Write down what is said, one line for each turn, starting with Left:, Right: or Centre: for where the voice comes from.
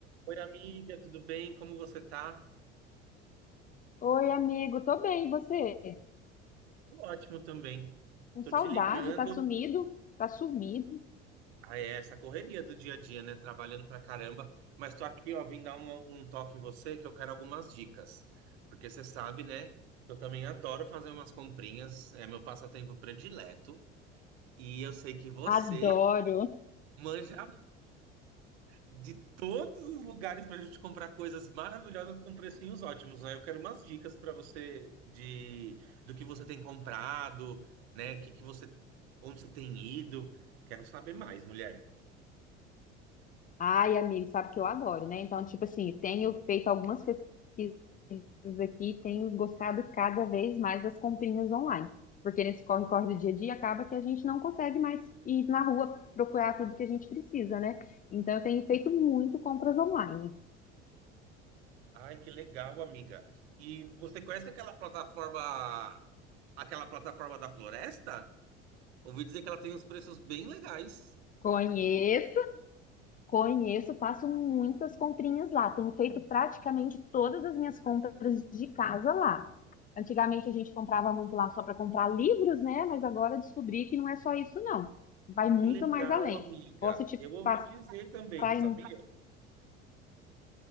Right: Oi, amiga, tudo bem? Como você tá?
Left: Oi, amigo, tô bem, e você?
Right: Tô Ótimo também.
Left: Com
Right: Tô
Left: saudade,
Right: te ligando.
Left: tá sumido? Tá sumido.
Right: Ah, é essa correria do dia a dia, né? Trabalhando pra caramba. Mas tô aqui, ó, vim dar uma- um toque em você que eu quero algumas dicas. Porque você sabe, né? Eu também adoro fazer umas comprinhas. É meu passatempo predileto. E eu sei que você
Left: Adoro.
Right: manja de todos os lugares para a gente comprar coisas maravilhosas com precinhos ótimos. Aí eu quero umas dicas para você de do que você tem comprado, né? Que que você, onde você tem ido. Quero saber mais, mulher.
Left: Ai, amigo, sabe que eu adoro, né? Então, tipo assim, tenho feito algumas pesquisas aqui, tenho gostado cada vez mais das comprinhas online. Porque nesse corre-corre do dia a dia acaba que a gente não consegue mais ir na rua procurar tudo que a gente precisa, né? Então, eu tenho feito muito compras online.
Right: Ai, que legal, amiga. E você conhece aquela plataforma, aquela plataforma da Floresta? Ouvi dizer que ela tem uns preços bem legais.
Left: Conheço. Conheço, faço muitas comprinhas lá. Tenho feito praticamente todas as minhas compras de casa lá. Antigamente a gente comprava muito lá só para comprar livros, né? Mas agora eu descobri que não é só isso, não. Vai muito
Right: Que legal,
Left: mais além.
Right: amiga.
Left: Posso te
Right: Eu ouvi
Left: passar
Right: dizer também, sabia?
Left: em...